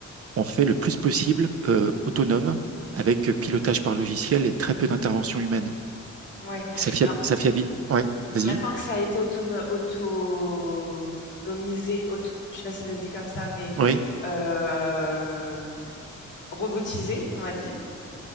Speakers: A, on the right; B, on the left.
A: on fait le plus possible euh, autonome avec euh, pilotage par logiciel et très peu d'intervention humaine.
B: Ouais.
A: Ça fia-
B: Alors
A: ça fiabi- Ouais, vas-y.
B: maintenant que ça a été autono- autonomisé, auto, je sais pas si ça se dit comme ça, mais
A: Oui,
B: euh, robotisé, on va dire.